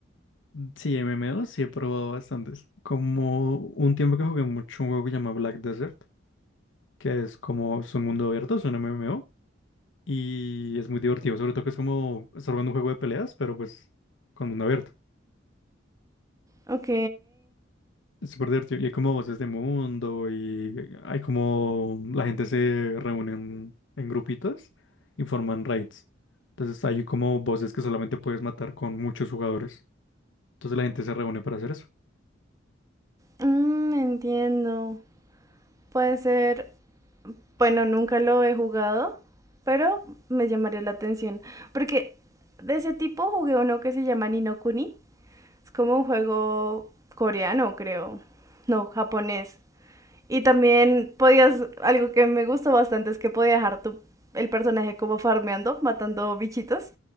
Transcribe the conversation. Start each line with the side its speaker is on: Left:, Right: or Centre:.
Left: Sí, MMO sí he probado bastantes. Como un tiempo que jugué mucho un juego que se llama Black Desert, que es como, es un mundo abierto, es un MMO, y es muy divertido, sobre todo que es como estar jugando un juego de peleas, pero pues con mundo abierto.
Right: Ok,
Left: Es súper divertido. Y hay como voces de mundo y hay como la gente se reúne en, en grupitos y forman raids. Entonces hay como voces que solamente puedes matar con muchos jugadores. Entonces la gente se reúne para hacer eso.
Right: mm, entiendo. Puede ser, bueno, nunca lo he jugado, pero me llamaría la atención. Porque de ese tipo jugué uno que se llama Ni no Kuni. Es como un juego coreano, creo. No, japonés. Y también podías, algo que me gusta bastante es que podía dejar tu, el personaje como farmeando, matando bichitos,